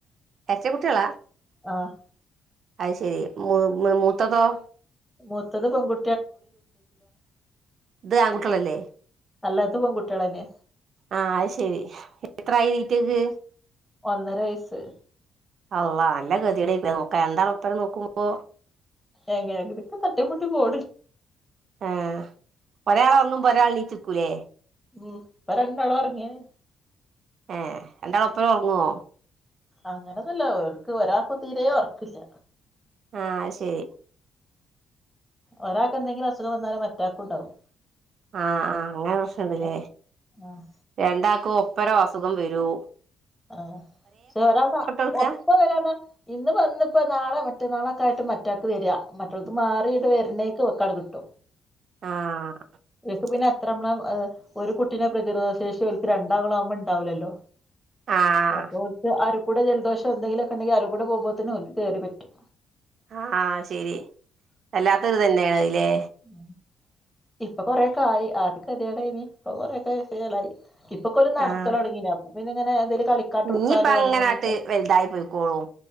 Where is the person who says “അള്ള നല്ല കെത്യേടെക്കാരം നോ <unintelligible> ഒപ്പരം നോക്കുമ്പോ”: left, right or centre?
Right